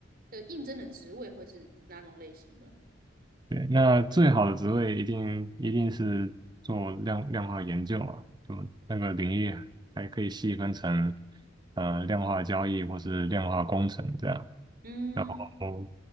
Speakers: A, on the right (about 50°); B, on the right (about 20°).
A: 呃应征的职位会是哪种类型的？
B: 对，那最好的职位一定一定是做量量化研究嘛，就那个领域还可以细分成呃量化交易或是量化工程这样。
A: 嗯，
B: 然后